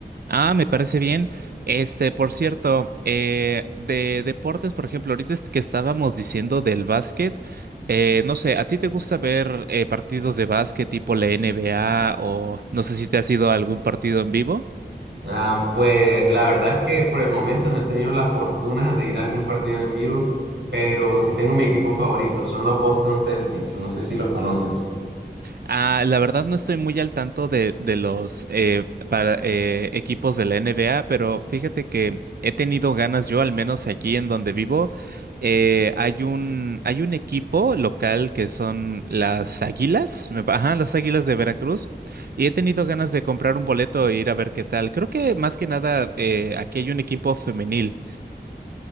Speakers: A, on the right; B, on the right.
A: Ah, me parece bien. Este, por cierto, eh, de deportes, por ejemplo, ahorita es que estábamos diciendo del básquet, eh, no sé, ¿a ti te gusta ver eh, partidos de básquet tipo la NBA o no sé si te has ido a algún partido en vivo?
B: Ah, pues la verdad es que por el momento no he tenido la fortuna de ir a algún partido en vivo, pero sí tengo mi equipo favorito, son los Boston Celtics, no sé si los conoces.
A: Ah, la verdad no estoy muy al tanto de, de los eh, para, eh, equipos de la NBA, pero fíjate que he tenido ganas yo, al menos aquí en donde vivo, eh, hay un, hay un equipo local que son las Águilas, me pa- ajá, las Águilas de Veracruz, y he tenido ganas de comprar un boleto e ir a ver qué tal. Creo que más que nada eh, aquí hay un equipo femenil.